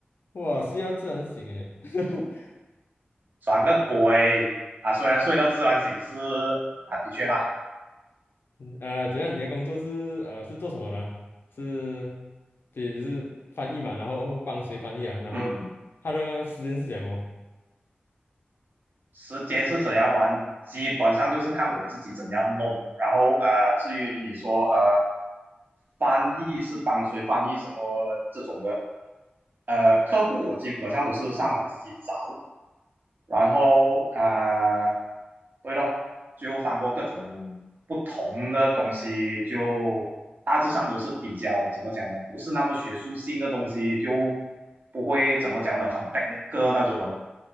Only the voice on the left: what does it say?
哇，是要自然醒诶。<laughs>
啊，呃，怎样？你的工作是呃是做什么的啊是，对，就是翻译嘛，然后帮谁翻译啊？然后他的时间是怎样哦。